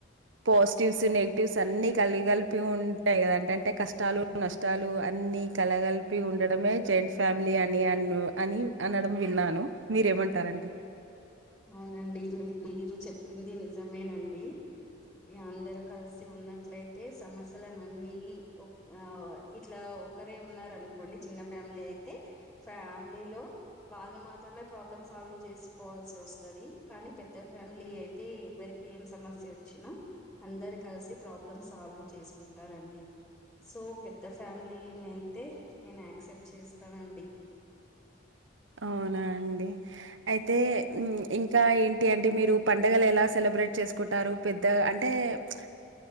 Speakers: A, on the right (about 80°); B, on the left (about 15°).
A: పాజిటివ్స్ నెగిటివ్స్ అన్ని కలగలిపి ఉంటాయి కదా అండి అంటే కష్టాలు నష్టాలు అ అన్ని కలగలిపి ఉండడమే జెంట్స్ ఫ్యామిలీ అని అన్న అని అనడం విన్నాను మీరేమంటారండి
B: అవునండి మీ మీరు చెప్పింది నిజమేనండి ఇక అందరు కలిసి ఉన్నట్లయితే సమస్యలనన్ని ఓ ఆ ఇట్లా ఒకరే ఉన్నారనుకోండి, చిన్న ఫ్యామిలీ అయితే ఫ్యామిలీలో వాళ్ళు మాత్రమే ప్రాబ్లమ్ సాల్వ్ చేసుకోవాల్సి వస్తాది. తది కానీ పెద్ద ఫ్యామిలీ అయితే ఎవరికి ఏం సమస్య వచ్చినా అందరూ కలిసి ప్రాబ్లం సాల్వ్ చేసుకుంటారండి. సో పెద్ద ఫ్యామిలీనైతే నేను యాక్సెప్ట్ చేస్తానండి.
A: అవునా అండి, అయితే ఇంకా ఏంటి అండి మీరు పండగలు ఎలా సెలెబ్రేట్ చేసుకుంటారు పెద్ద అంటే పెద్ద